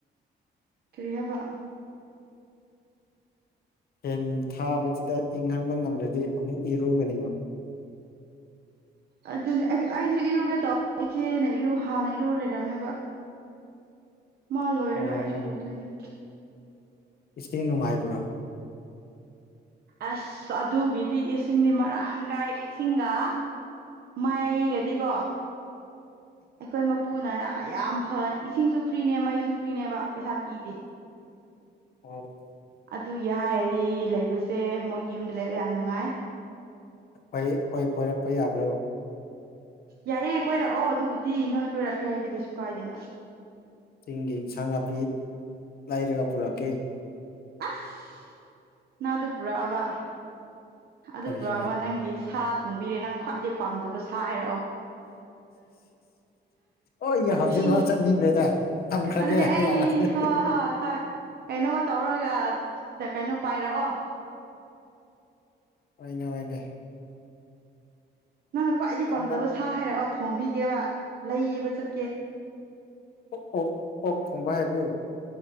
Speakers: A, on the right; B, on the left.
A: ꯀꯔꯤ ꯍꯥꯏꯕ
B: ꯐꯦꯟ ꯊꯥꯕꯁꯤꯗ ꯏꯪꯍꯟꯕ ꯉꯝꯗ꯭ꯔꯗꯤ ꯑꯃꯨꯛ ꯏꯔꯨꯕꯅꯦꯕ <unintelligible>
A: ꯑꯗꯨꯅꯦ ꯑꯩꯁꯨ ꯑꯩꯁꯨ ꯏꯔꯨꯒꯦ ꯇꯧ ꯏꯆꯦꯅ ꯏꯔꯨ ꯍꯥꯟꯅ ꯏꯔꯨꯔ ꯂꯩꯔꯝꯃꯦꯕ
B: <inaudible>
A: ꯃꯥ ꯂꯣꯏꯔꯒ
B: ꯑꯣ
A: ꯑꯩꯁꯨ ꯂꯨꯗꯣꯏꯅꯤ
B: ꯏꯁꯤꯡ ꯅꯨꯡꯉꯥꯏꯕ꯭ꯔꯣ
A: ꯑ꯭ꯁ ꯑꯗꯨꯒꯤꯗꯤ ꯏꯁꯤꯡꯗꯤ ꯃꯔꯥꯡ ꯀꯥꯏ ꯏꯁꯤꯡꯒ ꯃꯩꯒꯗꯤꯀꯣ ꯑꯩꯈꯣꯏ ꯃꯄꯨꯅ ꯌꯥꯝ ꯐ ꯏꯁꯤꯡꯁꯨ ꯐ꯭ꯔꯤꯅꯦ ꯃꯩꯁꯨ ꯐ꯭ꯔꯤꯅꯦꯕ ꯄꯩꯁꯥ ꯄꯤꯗꯦ
B: ꯑꯣ
A: ꯑꯗꯨꯒꯤ ꯍꯥꯏꯔꯗꯤ ꯂꯩꯕꯁꯦ ꯃꯣꯏꯒꯤ ꯌꯨꯝꯗ ꯂꯩꯕ ꯌꯥꯝ ꯅꯨꯡꯉꯥꯏ
B: ꯍꯣꯏ ꯑꯩꯈꯣꯏ ꯀꯣꯏꯔꯛꯄ ꯌꯥꯕ꯭ꯔꯣ
A: ꯌꯥꯏꯌꯦ ꯀꯣꯏꯔꯛꯑꯣ ꯑꯗꯨꯕꯨꯗꯤ ꯅꯣꯏ ꯀꯣꯏꯔꯛꯀꯦ ꯍꯥꯏꯗꯤ ꯀꯩꯁꯨ ꯀꯥꯏꯗꯦꯅ
B: ꯆꯤꯡꯒꯤ ꯏꯟꯁꯥꯡ ꯅꯥꯄꯤ ꯂꯩꯔꯒ ꯄꯨꯔꯛꯀꯦ
A: ꯑꯁ ꯅꯪ ꯑꯗꯨ ꯄꯨꯔꯛꯑꯕ ꯑꯗꯨ
B: ꯀꯔꯤꯒꯤꯅꯣ
A: ꯄꯨꯔꯛꯑꯕ
B: ꯍꯥꯏꯁꯤꯕꯣ
A: ꯅꯪꯒꯤ ꯁꯥ ꯊꯣꯡꯕꯤꯔꯦ ꯅꯪ ꯈ꯭ꯋꯥꯏꯗꯩ ꯄꯥꯝꯖꯕ ꯁꯥ ꯍꯥꯏꯔꯛꯑꯣ
B: ꯑꯣꯏ ꯍꯧꯖꯤꯛꯃꯛ
A: ꯊꯤ
B: ꯆꯠꯅꯤꯡꯈ꯭ꯔꯦꯗ ꯊꯝꯈ꯭ꯔꯒꯦ
A: ꯑꯗꯨꯗꯤ ꯑꯩ
B: ꯂꯥꯛꯑꯒꯦ
A: ꯍꯣꯏ ꯍꯣꯏ ꯍꯣꯏ ꯀꯩꯅꯣꯃ ꯇꯧꯔꯒ ꯀꯩꯅꯣ ꯄꯥꯏꯔꯛꯑꯣ
B: ꯍꯣꯏꯅꯦ ꯍꯣꯏꯅꯦ
A: ꯅꯪꯅ ꯈ꯭ꯋꯥꯏꯗꯒꯤ
B: ꯅꯪꯅ
A: ꯄꯥꯝꯖꯕ ꯁꯥ ꯍꯥꯏꯔꯛꯑꯣ ꯊꯣꯡꯕꯤꯒꯦꯕ ꯂꯩꯕ ꯆꯠ
B: ꯎꯝ ꯑꯣ <inaudible> ꯑꯣꯛ <inaudible> ꯑꯣꯛ ꯊꯣꯡꯕ ꯍꯥꯏꯕ꯭ꯔꯣ